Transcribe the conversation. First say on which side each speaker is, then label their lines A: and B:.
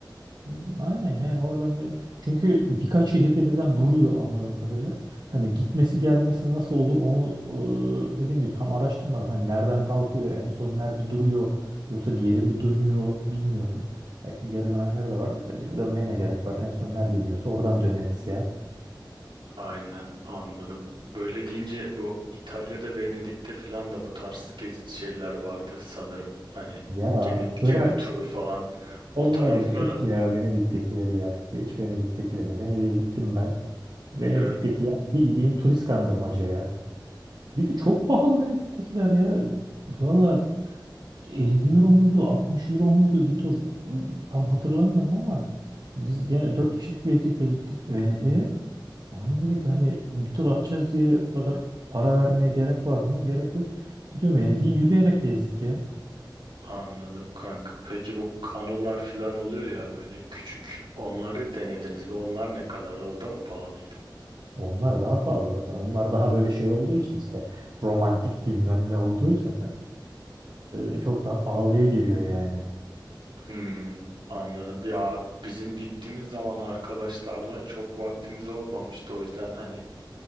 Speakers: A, on the right; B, on the right.
A: Hmm, Aynen yani oradan bir çünkü birkaç şehirde birden duruyor anladığım kadarıyla. Hani gitmesi gelmesi nasıl olur onu e, dediğim gibi tam araştırmadım. Hani nereden kalkıyor en son nerede duruyor yoksa geri mi dönüyor bilmiyorum. Belki geri dönenleri de vardır da geri dönmeye ne gerek var en son nerede iniyorsa oradan döneriz ya.
B: Aynen anladım. Böyle deyince bu İtalya'da Venedik'te falan da bu tarz gezi şeyler vardı sanırım. Hani
A: Ya
B: gemi
A: bırak
B: gemi turu falan. O
A: onları
B: taraflara
A: geç ya Venedik'tekileri ya geç Venedik'tekileri. Venedik'e gittim ben. Venedik'tekiler
B: evet
A: bildiğin turist kandırmaca ya. Bir de çok pahalı Venedik'tekiler ya. Valla 50 euro muydu, 60 euro muydu bir tur tam hatırlamıyorum ama biz gene 4 kişilik bir ekiple gittik Venedik'e. Lan dedik hani bir tur atacağız diye bu kadar para vermeye gerek var mı? Gerek yok. Bütün Venedik'i yürüyerek gezdik ya.
B: anladım kanka. Peki bu kanolar falan oluyor ya böyle küçük. Onları denediniz ve onlar ne kadardı? O da mı pahalıydı?
A: Onlar daha pahalı zaten. Onlar daha böyle şey olduğu için işte romantik bilmem ne olduğu için e, çok daha pahalıya geliyor yani.
B: Hmm, anladım. Ya bizim gittiğimiz zaman arkadaşlarla çok vaktimiz olmamıştı. O yüzden hani